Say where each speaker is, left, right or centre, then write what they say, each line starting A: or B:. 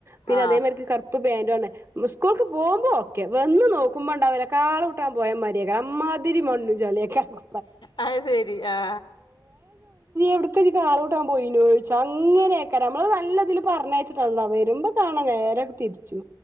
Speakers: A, on the right; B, on the left.
A: പിന്നെ
B: ആ
A: അതേമാതിരി ക ഇപ്പ പേണ് സ്കൂൾക്ക് പോകുമ്പോ ഒക്കെ വന്ന് നോക്കുമ്പോണ്ട അവന കാള കൂട്ടാൻ പോയാ മാതിരി അമ്മാതിരി മണ്ണും ചളിയും അയക്കാരം
B: അത് ശരി ആ
A: എവിട്ക്ക കാള കൂട്ടാൻ പോയി ചോദിച്ച അങ്ങനെയൊക്കെ നമ്മള് നല്ലതില് പറഞ്ഞയച്ചട്ടാ ഉള്ള വരുമ്പോ കാണോ നേരൊ തിരിച്ചു